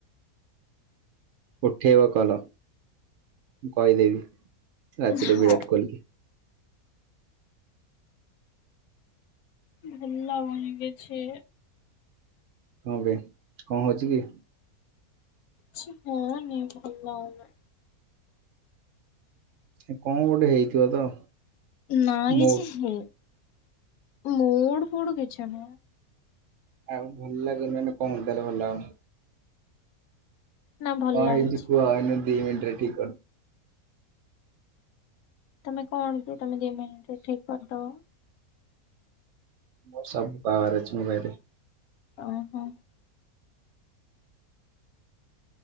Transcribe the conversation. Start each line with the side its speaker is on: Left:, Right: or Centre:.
Right: ଉଠେଇବ କଲ ମୁଁ କହିଦେବି ରାତିରେ
Left: ହଉ
Right: ବିରାଟ କୋଇଲି।
Left: ଭଲ ଲାଗୁନି କିଛି।
Right: କଣ ପାଇଁ କଣ ହଉଛି କି?
Left: <unintelligible> ଭଲ ଲାଗୁନି।
Right: ଏ କଅ ଗୋଟେ ହେଇଥିବ ତ?
Left: ନାଇଁ
Right: ମୁଁ
Left: କିଛି ହେଇନି ମୁଡୁ ଫୁଡୁ କିଛି ନୁହଁ।
Right: ଆଉ ଭଲ ଲାଗୁନି ମାନେ କଣ ଟାରେ ଭଲ ଲାଗୁନି।
Left: ନା ଭଲ
Right: କଅ
Left: ଲାଗୁଛି
Right: ହେଇଛି କୁହ ଏଇନେ ଦି ମିନଟରେ ଠିକ କରି
Left: ତମେ କଣ କି ତମେ ଦି ମିନିଟରେ ଠିକ କରିଦବ।
Right: ମୋର ସବୁ ପାୱାର ଅଛି ମୋ ପାଖରେ।
Left: ଅ ହଁ।